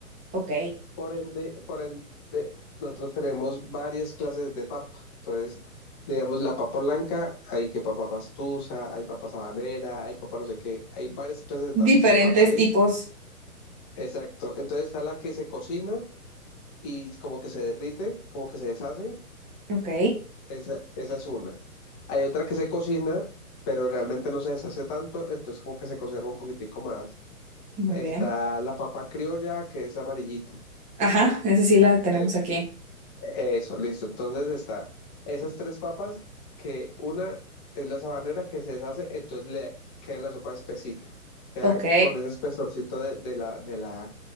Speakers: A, on the right; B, on the left.
A: Ok.
B: Por ende, por ende, nosotros tenemos varias clases de papa. Entonces, digamos, la papa blanca, hay que papa pastusa, hay papa sabanera, hay papa no sé qué, hay varias clases de, ta-
A: Diferentes
B: de papa, ¿sí?
A: tipos.
B: Exacto. Entonces está la que se cocina y como que se derrite, como que se deshace,
A: Ok.
B: Esa, esa es una. Hay otra que se cocina, pero realmente no se deshace tanto, entonces como que se conserva un poquitico más.
A: Muy
B: Está
A: bien.
B: la papa criolla, que es amarillita.
A: Ajá, esa sí la tenemos
B: Eso,
A: aquí.
B: eso, listo. Entonces está esas tres papas, que una es la sabanera que se deshace, entonces le queda la sopa espesita, queda
A: Ok.
B: con ese espesorcito de, de la, de la,